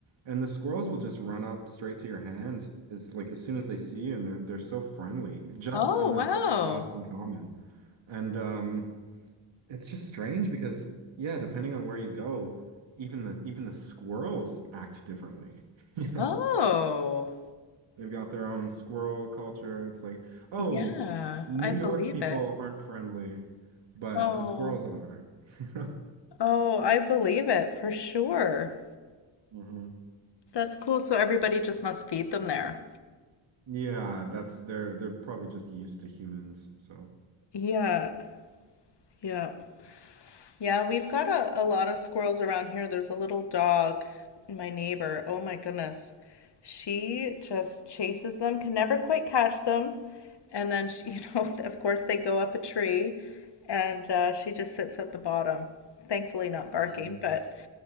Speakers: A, on the right; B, on the left.
A: and the squirrels will just run up straight to your hand. It's like as soon as they see you, and they're they're so friendly just
B: oh,
A: in that
B: wow.
A: Boston Common. And um, it's just strange because yeah, depending on where you go, even the even the squirrels act differently. <laughs> You know.
B: Oh,
A: They've got their own squirrel culture. It's like, oh,
B: yeah,
A: New
B: I
A: York
B: believe
A: people
B: it.
A: aren't friendly, but
B: Oh,
A: the squirrels are. <laughs>
B: oh, I believe it for sure.
A: hmm
B: That's cool. So everybody just must feed them there.
A: Yeah, that's they're they're probably just used to humans. So
B: Yeah, yeah. Yeah, we've got a, a lot of squirrels around here. There's a little dog, my neighbor. Oh my goodness. She just chases them, can never quite catch them. And then she, <laughs> you know, of course they go up a tree and uh, she just sits at the bottom. Thankfully not barking,
A: hmm
B: but